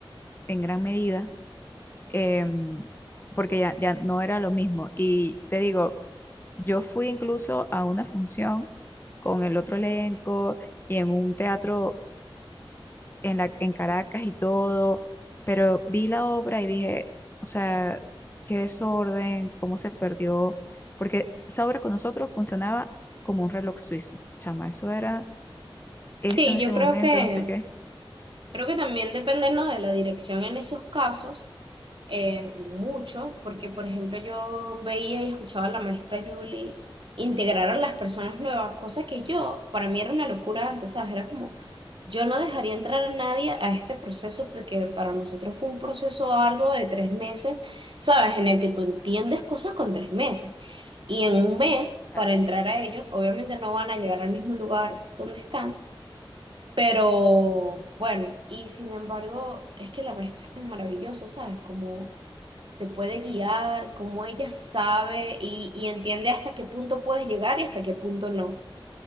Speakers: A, on the left; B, on the right.
A: en gran medida, em, porque ya, ya no era lo mismo. Y te digo, yo fui incluso a una función con el otro elenco y en un teatro en la, en Caracas y todo, pero vi la obra y dije, o sea, qué desorden, cómo se perdió, porque esa obra con nosotros funcionaba como un reloj suizo, chama, eso era esto
B: Sí,
A: en este
B: yo creo
A: momento,
B: que
A: no sé qué.
B: Creo que también dependernos de la dirección en esos casos, eh, mucho, porque por ejemplo yo veía y escuchaba a la maestra Julie integrar a las personas nuevas, cosa que yo, para mí era una locura antes, ¿sabes? Era como, yo no dejaría entrar a nadie a este proceso porque para nosotros fue un proceso arduo de tres meses, ¿sabes? En el que tú entiendes cosas con tres meses. Y en un mes, para
A: O
B: entrar a ellos, obviamente no van a llegar al mismo lugar donde están pero bueno, y sin embargo, es que la maestra es tan maravillosa, ¿sabes? Como te puede guiar, como ella sabe y, y entiende hasta qué punto puedes llegar y hasta qué punto no.